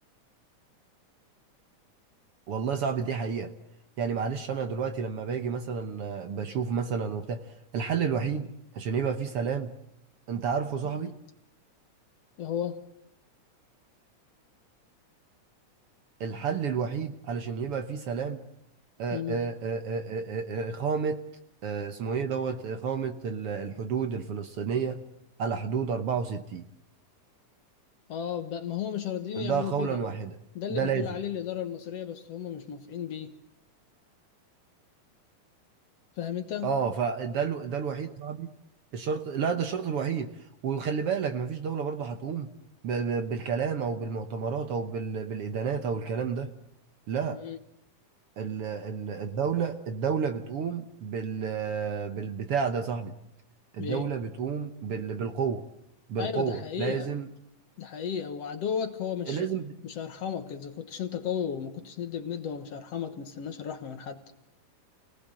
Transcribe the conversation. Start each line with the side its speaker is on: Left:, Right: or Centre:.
Right: والله صعب دي حقيقه يعني معلش انا دلوقتي لما باجي مثلا آه، بشوف مثلا وبتاع الحل الوحيد عشان يبقى في سلام انت عارفه صاحبي
Left: مم. هو
Right: الحل الوحيد علشان يبقى فيه سلام آه،
Left: مم.
Right: آه، آه، آه، آه، آه، آه، إقامة آه، اسمه ايه دوت إقامة ال- الحدود الفلسطينية على حدود 64
Left: اه ب- ما هو مش راضيين
Right: ده
Left: يعملوا
Right: قولا
Left: كده
Right: واحدا
Left: ده اللي
Right: ده لازم
Left: بتقول عليه الإدارة المصرية بس هم مش موافقين بيه فاهم انت؟
Right: اه فده الو- ده الوحيد يا صاحبي الشرط لا ده الشرط الوحيد وخلي بالك مفيش دولة برضه هتقوم ب- ب- بالكلام او بالمؤتمرات او بال- بالإدانات او الكلام ده لا
Left: مم.
Right: ال- ال- الدولة الدولة بتقوم بال بالبتاع ده يا صاحبي الدولة
Left: ايه
Right: بتقوم بال... بالقوة بالقوة
Left: ايوه ده حقيقة
Right: لازم
Left: ده حقيقة وعدوك هو مش
Right: لازم
Left: مش هيرحمك اذا كنتش انت قوي وما كنتش ند بند هو مش هيرحمك ما تستناش الرحمة من حد